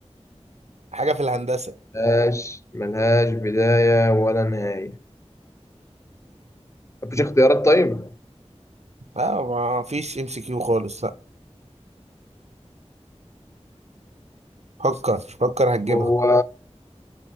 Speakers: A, on the right; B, on the left.
A: حاجه في الهندسه
B: ملهاش ملهاش بداية ولا نهاية مفيش اختيارات طيب
A: لا ما فيش ام سي كيو خالص لا فكر فكر هتجيبها
B: هو